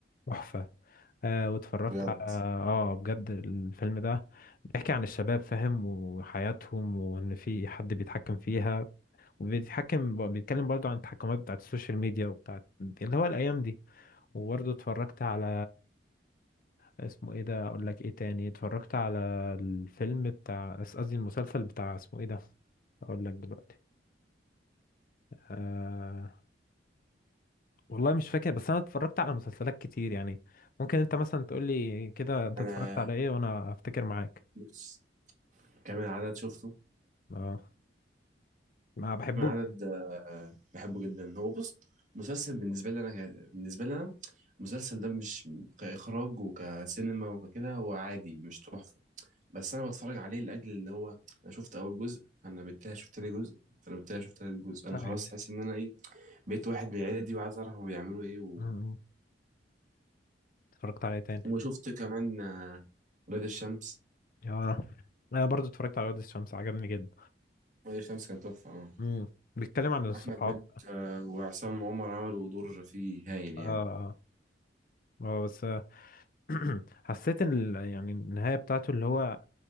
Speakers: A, on the left; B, on the right.
A: تحفة آه واتفرجت
B: بجد
A: على اه بجد الفيلم ده بيحكي عن الشباب فاهم وحياتهم وان في حد بيتحكم فيها وبيتحكم بيتكلم برضو عن التحكمات بتاعت السوشيال ميديا وبتاعت اللي هو الايام دي وبرضو اتفرجت على اسمه ايه ده اقول لك ايه تاني اتفرجت على الفيلم بتاع قصدي المسلسل بتاع اسمه ايه ده اقول لك دلوقتي آه والله مش فاكر بس انا اتفرجت على مسلسلات كتير يعني ممكن انت مثلا تقول لي كده انت
B: انا
A: اتفرجت على ايه وانا افتكر معاك
B: بص كام العدد شفته
A: اه ما بحبوش
B: كام العدد آه بحبه جدا هو بص مسلسل بالنسبه لي انا ك... بالنسبه لي انا المسلسل ده مش كاخراج وكسينما وككده هو عادي مش تحفه بس انا بتفرج عليه لاجل اللي هو انا شفت اول جزء فانا بالتالي شفت تاني جزء فانا بالتالي شفت تالت جزء انا
A: ايوه
B: خلاص حاسس ان انا ايه بقيت واحد من العيله دي وعايز اعرف هما بيعملوا ايه و...
A: أمم. اتفرجت عليه تاني
B: وشفت كمان آه، ولاد الشمس
A: اه انا برضو اتفرجت على وادي الشمس عجبني جدا
B: ولاد الشمس كان تحفة اه
A: امم بيتكلم عن الصحاب
B: أحمد مالك آه، وعصام عمر عملوا دور فيه هايل يعني
A: اه اه بس آه، <clears throat> حسيت ان ال- يعني النهايه بتاعته اللي هو